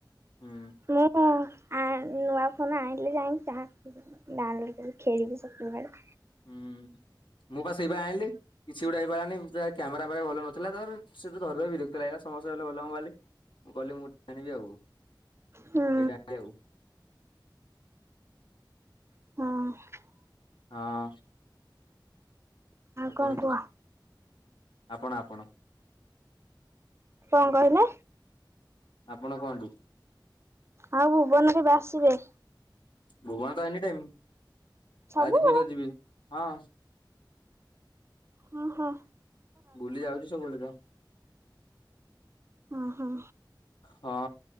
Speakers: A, on the left; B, on the right.
A: ହୁଁ।
B: ମୁଁ କଣ ଆ ନୂଆ ଫୋନ୍ ଆଣିଲେ ଯାଇକି ଯାହା ଡାଉନଲୋଡ଼୍ କରିକି ଖେଳିବି ସବୁବେଳେ।
A: ହୁଁ, ମୁଁ ବା ସେଇପାଇଁ ଆଇଲି। କିଛି ଗୋଟେ ହେଇପାରିଲାନି କ୍ୟାମେରା ପ୍ରାୟେ ଭଲ ନଥିଲା ତା ପରେ ସେ ଟା ଧରି ଧରି ବିରକ୍ତ ଲାଗିଲା ସମସ୍ତେ ଧୋଇଲେ ଭଲ ମୋବାଇଲ। ମୁଁ କହିଲି ମୁଁ ଆଣିବି ଆଉ ଏଇଟା
B: ହୁଁ
A: ଆଣିବି ଆଉ।
B: ହଁ।
A: ହଁ। ଆଉ କୁହନ୍ତୁ।
B: କଣ କୁହ
A: ଆପଣ, ଆପଣ
B: କଣ କହିଲେ?
A: ଆପଣ କହନ୍ତୁ।
B: ଆଉ ଭୁବନ କେବେ ଆସିବେ?
A: ଭୁବନ ତ ଏନି ଟାଇମ,
B: ସବୁବେଳେ
A: ଆଜି ମୁୁଁ ତ ଯିବି ହଁ।
B: ହଁ ହଁ
A: ବୁଲି ଯାଉଚି ସବୁବେଳେ ତ।
B: ହଁ ହଁ।
A: ହଁ।